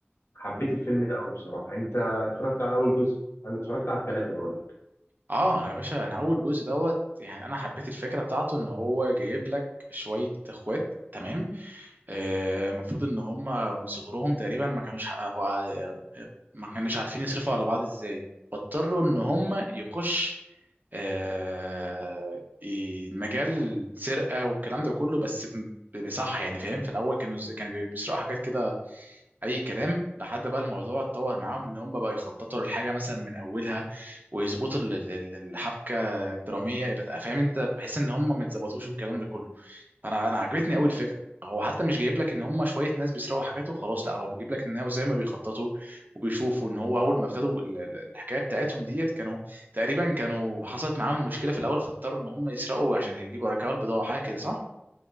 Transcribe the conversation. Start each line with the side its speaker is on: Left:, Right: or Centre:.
Left: حبيت الفيلم ده قوي بصراحة انت اتفرجت على اول جزء انا اتفرجت على التلاتة بقول لك
Right: اه انا يا باشا انا اول جزء دوت يعني انا حبيت الفكره بتاعته ان هو جايب لك شويه اخوات تمام آه، المفروض ان هم من صغرهم تقريبا ما كانوش حققوا ع- ما كانوش عارفين يصرفوا على بعض ازاي فاضطروا ان هم يخش آه، ي- مجال السرقه والكلام ده كله بس ب- بصح يعني فاهم في الاول كانوا ز- كانوا بي- بيسرقوا حاجات كده اي كلام لحد بقى الموضوع اتطور معاهم ان هم بقى يخططوا للحاجه مثلا من اولها ويظبطوا ال- ال- الحبكه الدراميه يبقى فاهم انت بحيث ان هم ما يتظبطوش والكلام ده كله انا انا عجبتني قوي الفكره هو حتى مش جايب لك ان هم شويه ناس بيسرقوا حاجات وخلاص لا هو بيجيب لك ان هو زي ما بيخططوا وبيشوفوا ان هو اول ما ابتدوا ال- ال- الحكايه بتاعتهم ديت كانوا تقريبا كانوا حصلت معاهم مشكله في الاول فاضطروا ان هم يسرقوا عشان يجيبوا يرجعوا البضاعه حاجه كده صح